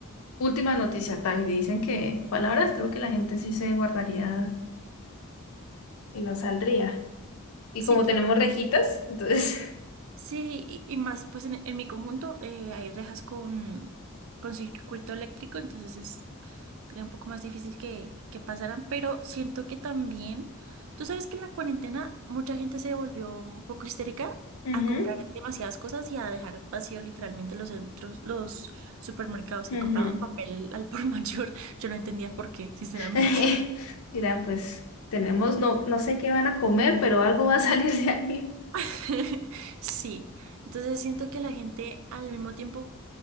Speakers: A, on the left; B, on the right.
A: última noticia, tal, dicen que palabras creo que la gente sí se guardaría y no saldría. Y
B: Sí,
A: como
B: claro.
A: tenemos rejitas, entonces...
B: Sí, y, y más, pues en, en mi conjunto eh, hay rejas con, con circuito eléctrico, entonces es, sería un poco más difícil que, que pasaran, pero siento que también, tú sabes que en la cuarentena mucha gente se volvió un poco histérica
A: <laughs> Ujú,
B: a comprar demasiadas cosas y a dejar vacío literalmente los centros, los supermercados
A: ujú.
B: que compraban papel al por <laughs> mayor. Yo no entendía por qué, sinceramente.
A: <laughs> Dirán, pues tenemos, no, no sé qué van a comer, pero algo va a <laughs> salir de ahí.
B: <laughs> Sí, entonces siento que la gente al mismo tiempo